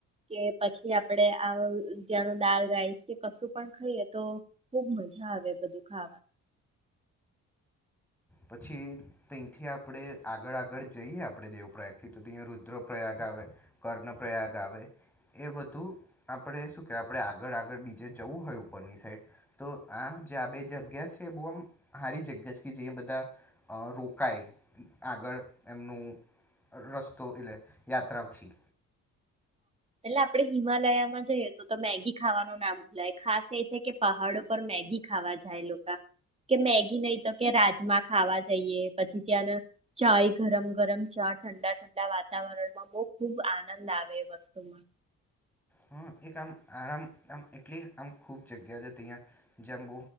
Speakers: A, on the right; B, in the centre.
A: કે પછી આપણે આ ત્યાંનું દાલ રાઈસ કે કશું પણ ખાઈએ તો ખુબ મજા આવે બધું ખાવાનું.
B: પછી તહીંથી આપણે આગળ આગળ જઈએ આપણે દેવપ્રયાગથી તો તહીંયા રુદ્રપ્રયાગ આવે કર્ણ પ્ર્રયાગ આવે એ બધું આપણે શું કહેવાય આપણે આગળ આગળ બીજે જવું હોય ઉપરની સાઈડ તો આ જે આ બે જગ્યા છે એ બહુ આમ સારી જગ્યા છે કે જયા બધી બધા રોકાય આગળ એમનું રસ્તો એલે યાત્રાથી.
A: એટલે આપડે હિમાલયામાં જઈએ તો તો મેગી ખાવાનું ના ભૂલાય ખાસ એ છે કે પહાડો પર મેગી ખાવા જાય લોકા કે મેગી નહી તો કે રાજમા ખાવા જઈએ પછી ત્યાં ચાય ગરમ ગરમ ચા ઠંડા ઠંડા વાતાવરણમાં બો ખુબ આનંદ આવે. વસ્તુમાં
B: હા એક આમ આરામ આમ એટલી આમ ખૂબ જગ્યા છે તહીંયા જ્યાંમ બહુ